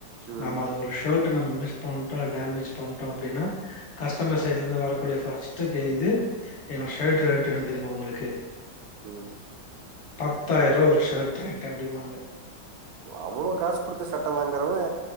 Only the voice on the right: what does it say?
ம்
ம்
அவ்ளோ காசு குடுத்து சட்டவாங்குறவே